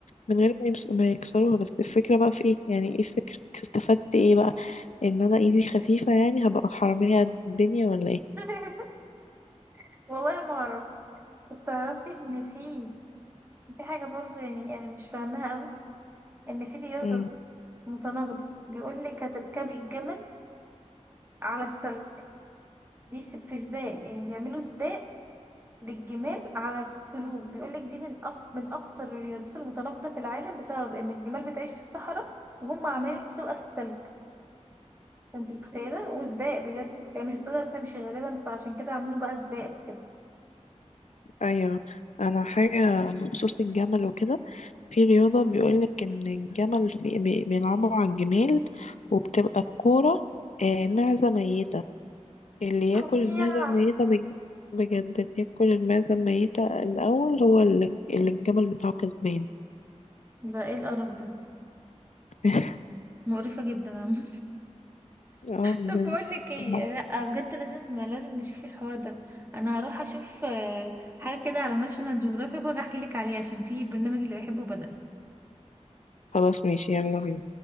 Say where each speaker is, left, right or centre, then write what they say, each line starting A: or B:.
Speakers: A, on the left; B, on the right.
A: من غير ما, يمس... ما يكسروها بس الفكرة بقى في ايه يعني ايه الفكرة استفدت ايه بقى ان انا ايدي خفيفة يعني هبقى حرامية قد الدنيا ولا ايه
B: <laughs> والله ما اعرف كنت تعرفي ان في في حاجة برضه يعني انا مش فاهمها قوي ان في رياضة
A: مم.
B: متناقضة بيقول لك هتركبي الجمل على التلج دي س- في سباق يعني بيعملوا سباق للجمال على التلوج بيقول لك دي من أك... من اكتر الرياضات المتناقضة في العالم بسبب ان الجمال بتعيش في الصحراء وهم عاملين مسابقة في التلج فانت متخيلة وسباق بجد يعني مش بتقدر تمشي غالبا فعشان كده عاملينه بقى سباق كده
A: ايوه انا حاجة بخصوص الجمل وكده في رياضة بيقولك إن الجمل في بي- بيلعبوا على الجمال وبتبقى الكورة آه، معزة ميتة اللي ياكل
B: يا
A: المعزة الميتة بج- بجد اللي ياكل المعزة الميتة الأول هو اللي, اللي الجمل بتاعه كسبان
B: ده ايه القرف ده
A: <laughs>
B: مقرفة جدا يا عم <laughs>
A: اه بجد
B: طب بقول لك ايه
A: لا.
B: لا بجد لازم لازم نشوف الحوار ده انا هروح اشوف آه، حاجة كده على ناشونال جيوغرافيك واجي احكي لك عليه عشان في برنامج اللي بحبه بدأ
A: خلاص ماشي يلا